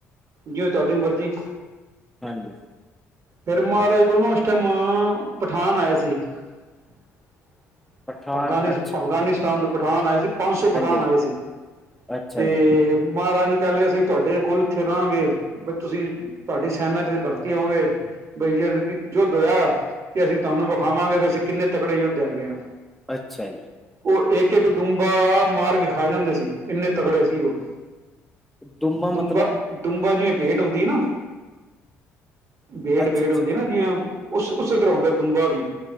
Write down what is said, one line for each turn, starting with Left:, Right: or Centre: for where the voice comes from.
Right: ਜਿਵੇ ਤੁਹਾਡੀ ਮਰਜ਼ੀ।
Centre: ਹਾਂਜੀ।
Right: ਫਿਰ ਮਹਾਰਾਜ ਕੋਲ ਨਾ, ਉਸ ਟਾਈਮ ਪਠਾਨ ਆਏ ਸੀ। <unintelligible>
Centre: ਪਠਾਨ
Right: ਅਫਗਾਨਿਸ
Centre: ਅ
Right: ਅਫਗਾਨਿਸਤਾਨ ਤੋਂ ਪਠਾਨ ਆਏ ਸੀ, ਪੰਜ ਸੌ ਪਠਾਨ
Centre: ਹਾਂਜੀ
Right: ਆਏ ਸੀ
Centre: ਅੱਛਾ
Right: ਤੇ
Centre: ਜੀ
Right: ਮਹਾਰਾਜ ਨੂੰ ਕਹਿਣ ਲਗੇ, ਅਸੀਂ ਤੁਹਾਡੇ ਕੋਲ ਇੱਥੇ ਰਹਾਂਗੇ। ਬ ਤੁਸੀਂ, ਤੁਹਾਡੀ ਸੈਨਾ ਚ ਭਰਤੀ ਹੋਵਾਗੇ। ਬਈ ਜਦ ਯੁੱਧ ਹੋਇਆ, ਤੇ ਅਸੀਂ ਤੁਹਾਨੂੰ ਵਿਖਾਵਾਂਗੇ, ਅਸੀਂ ਕਿੰਨੇ ਤਕੜੇ ਯੁੱਧੇ ਹੈਗੇ ਹਾਂ।
Centre: ਅੱਛਾ ਜੀ।
Right: ਉਹ ਇੱਕ-ਇੱਕ ਡੂਮਬਾ ਮਾਰ ਕੇ ਖਾ ਜਾਂਦੇ ਸੀ, ਇੰਨੇ ਤਕੜੇ ਸੀ ਉਹ।
Centre: ਡੁਮਾ ਮਤਲਬ
Right: ਡੁਮਬਾ-ਡੁਮਬਾ, ਜਿਵੇਹੀ ਭੇਟ ਹੁੰਦੀ ਏ ਨਾ ਭੇਟ
Centre: ਅੱਛਾ
Right: -ਭੇਟ
Centre: ਅੱਛਾ
Right: ਹੁੰਦੀ ਨਾ ਜੀਵੇ, ਉਸ ਉਸੇ ਤਰ੍ਹਾਂ ਹੁੰਦਾ ਡੁੱਬਾ ਵੀ।